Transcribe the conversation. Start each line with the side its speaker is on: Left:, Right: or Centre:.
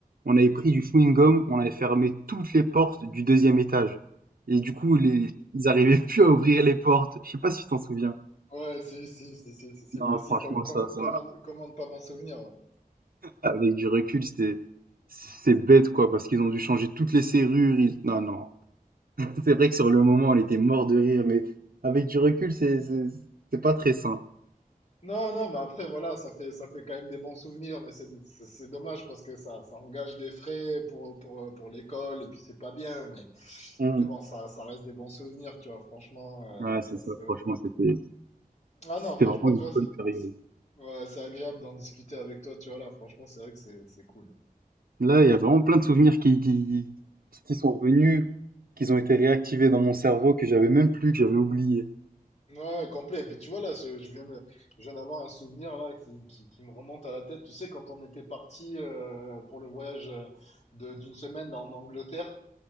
Right: On avait pris du chewing-gum, on avait fermé toutes les portes du deuxième étage. Et du coup, les, ils arrivaient plus à ouvrir les portes. Je sais pas si tu t'en souviens.
Left: Ouais, si, si, si, si, si, si.
Right: Non,
Left: Bah, si,
Right: franchement,
Left: com- com-
Right: ça, ça,
Left: comment, comment ne pas m'en souvenir, ouais.
Right: avec du recul, c'était, c'est bête, quoi, parce qu'ils ont dû changer toutes les serrures. ils- Non, non. C'est vrai que sur le moment, on était mort de rire, mais avec du recul, c'est, c'est, c'est pas très sain.
Left: Non, non, mais après, voilà, ça fait, ça fait quand même des bons souvenirs, mais c'est, c'est c'est dommage parce que ça, ça engage des frais pour, pour, pour l'école, et puis c'est pas bien, mais,
Right: Mm.
Left: mais bon, ça, ça reste des bons souvenirs, tu vois, franchement,
Right: Ouais,
Left: euh, ça,
Right: c'est ça.
Left: c'est vrai
Right: Franchement,
Left: que...
Right: c'était,
Left: Ah
Right: c'était
Left: non, franchement,
Right: vraiment
Left: tu
Right: une
Left: vois, c'est,
Right: bonne période.
Left: c'est- ouais, c'est agréable d'en discuter avec toi, tu vois, là, franchement, c'est vrai que c'est, c'est cool.
Right: Là, il y a vraiment plein de souvenirs qui, qui, qui sont revenus, qu'ils ont été réactivés dans mon cerveau, que j'avais même plus, que j'avais oublié.
Left: Ouais, complet. Et puis tu vois là, ce- je viens de, je viens d'avoir un souvenir là qui, qui, qui me remonte à la tête. Tu sais, quand on était parti euh, pour le voyage euh, de, d'une semaine en Angleterre